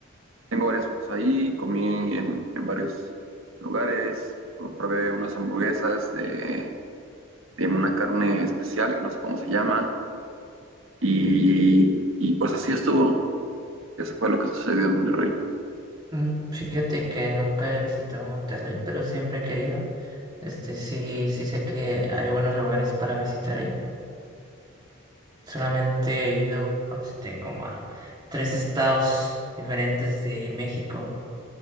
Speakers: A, on the right; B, on the right.
A: tengo varias fotos ahí, comí en, en varios lugares, probé unas hamburguesas de de una carne especial, que no sé cómo se llama, y, y pues así estuvo. Eso fue lo que sucedió en Monterrey.
B: Mm, Fíjate que nunca he visitado Monterrey, pero siempre he querido. Este, sí, sí sé que hay buenos lugares para visitar ahí. Solamente he ido este, como a tres estados diferentes de México,